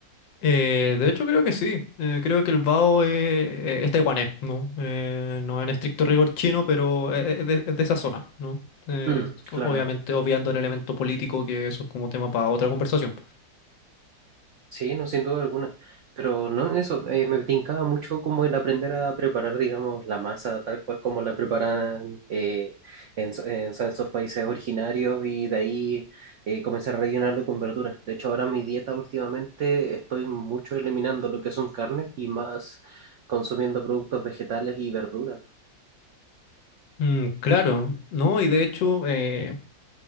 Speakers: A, on the left; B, on the right.
A: Eh, de hecho, creo que sí. Eh, creo que el bao eh, eh, es taiwanés, ¿no? Eh, no en estricto rigor chino, pero eh, es de, es de esa zona, ¿no? Eh,
B: Mm, claro.
A: obviamente, obviando el elemento político, que eso es como tema para otra conversación.
B: Sí, no, sin duda alguna. Pero no, eso, eh, me tincaba mucho como el aprender a preparar, digamos, la masa tal cual como la preparan eh, en, so- en, o sea, en esos países originarios y de ahí eh, comenzar a rellenarlo con verduras. De hecho, ahora mi dieta últimamente estoy mucho eliminando lo que son carnes y más consumiendo productos vegetales y verduras.
A: Mm, claro, ¿no? Y de hecho, eh,